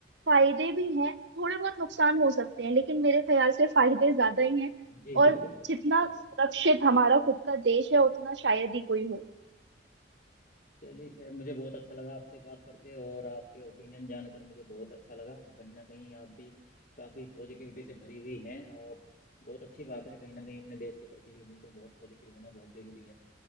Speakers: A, on the right; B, on the left.
A: फायदे भी हैं थोड़े बहुत नुकसान हो सकते हैं लेकिन मेरे ख्याल से फायदे ज्यादा ही हैं
B: जी बिल्कुल
A: और
B: बिल्कुल
A: जितना
B: बिल्कुल।
A: सुरक्षित हमारा खुद का देश है उतना शायद ही कोई हो
B: चलिए खैर मुझे बहुत अच्छा लगा आपसे बात करके और आपके ओपिनियन जानकर मुझे बहुत अच्छा लगा कहीं ना कहीं आप भी काफ़ी पॉजिटिविटी से भरी हुई हैं और बहुत अच्छी बात है कहीं ना कहीं अपने देश के प्रति भी हमको बहुत पॉजिटिव होना बहुत ज़रूरी है